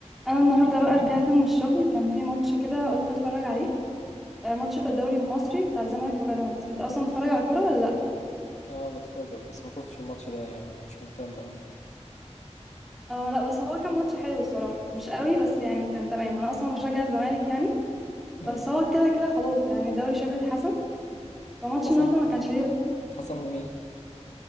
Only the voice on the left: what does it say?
اه بتفرج بس ما شفتش الماتش ده يعني ما كنتش مهتم أوي
مم.
حسم
حسم لمين؟